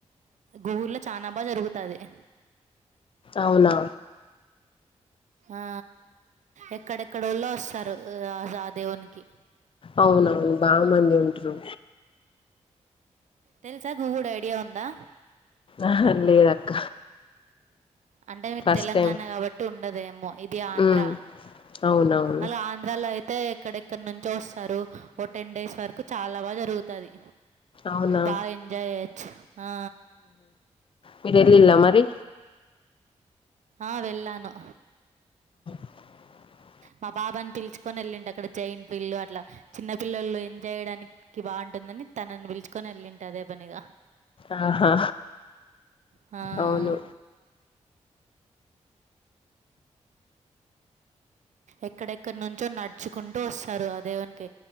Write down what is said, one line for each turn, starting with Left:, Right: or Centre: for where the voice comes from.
Right: గూగుర్ల్లో చనా బాగ జరుగుతది <inaudible>
Left: అవున
Right: ఆ ఎక్కడెక్కడోలో వస్తారు ఆ దేవుడికి
Left: అవునవును <unintelligible> మంది ఉంటారు
Right: తెలుసా గూగుడు ఐడియా ఉందా
Left: అహ లేదక్క
Right: అంటే మీరు
Left: ఫస్ట్
Right: తెలంగాణ
Left: టైం
Right: కాబట్టి ఉండదేమో ఇది ఆంధ్ర
Left: ఉమ్ అవునవును
Right: అలా ఆంధ్రాలో ఐ అయితే ఎక్కడెక్కడ నుంచో వస్తారు ఓ టెన్ డేస్ వరకు చాలా బాగా జరుగుతది
Left: అవునా
Right: బాగ ఎంజాయ్ చెయ్యొచ్చు ఆ
Left: మేరెల్లిల మరి
Right: ఆ వెళ్ళను
Left: <inaudible>
Right: మా బావని పిలుచుకొని వెళ్ళింటి అక్కడ జైంట్ <unintelligible> అట్ల చిన్న పిల్లలు ఎంజాయ్ చేయడానికి బాగుంటుందని తనని పిలుచుకొని వెళ్ళింటి అదే పనిగ
Left: ఆహా
Right: ఆ
Left: అవును
Right: ఎక్కడెక్కడి నుంచో నడుచుకుంటూ వస్తారు అదేవునికి